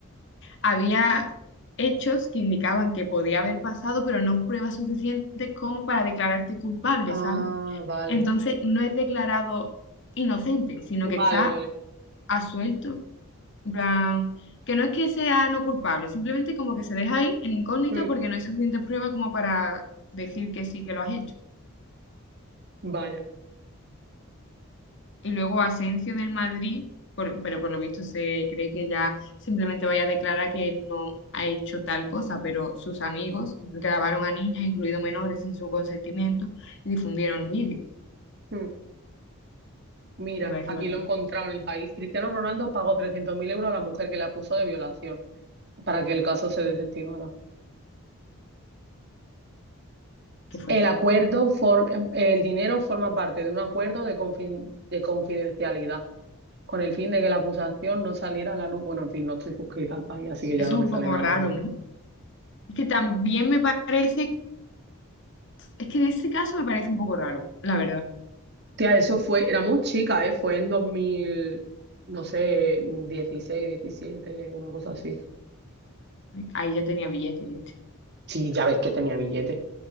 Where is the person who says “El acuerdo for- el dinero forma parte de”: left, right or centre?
Right